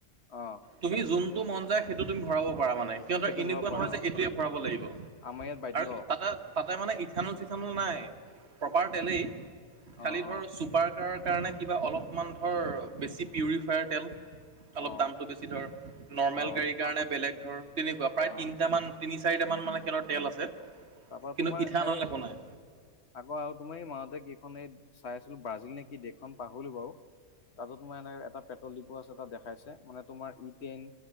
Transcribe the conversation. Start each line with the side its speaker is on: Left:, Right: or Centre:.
Left: অ'
Right: তুমি যোনতটো মন যায়, সেইটো তুমি ভৰাব পাৰা মানে। সিহঁতৰ
Left: সেইটো
Right: এনেকুৱা
Left: ভৰাব পাৰা
Right: নহয় যে
Left: অ
Right: এইটোৱে ভৰাব লাগিব
Left: আমাৰ ইয়াত বাধ্য
Right: আৰু
Left: অ
Right: তাতে। তাতে মানে ইথানল চিথানল নাই প্ৰপাৰ তেলেই। সালি
Left: অ
Right: ধৰ
Left: অ
Right: চুপাৰ কাৰৰ কাৰনে কিবা অলপমান ধৰ বেছি পিউৰিফাইড তেল। অলপ
Left: অ
Right: দামতটো বেছি ধৰ নৰ্মেল
Left: অ
Right: গাড়ীৰ কাৰণে বেলেগ ধৰ তেনেকুৱা প্ৰায়
Left: অ
Right: তিনটামান। তিনি চাৰিটামান মানে খেলৰ তেল আছে,
Left: তাৰপা
Right: কিন্তু
Left: তোমাৰ
Right: ইঠানল
Left: এই
Right: একো নাই।
Left: আকৌ আৰু তোমাৰ এই মাহতে কেইখন এই চাই আছিলো ব্ৰাজিল নে কি দেশখন পাহৰিলো বাৰু। তাতো তোমাৰ এনেক এটা পেট্ৰল ডিপু আছে তাত দেখাইছে মানে। তোমাৰ ই টেন,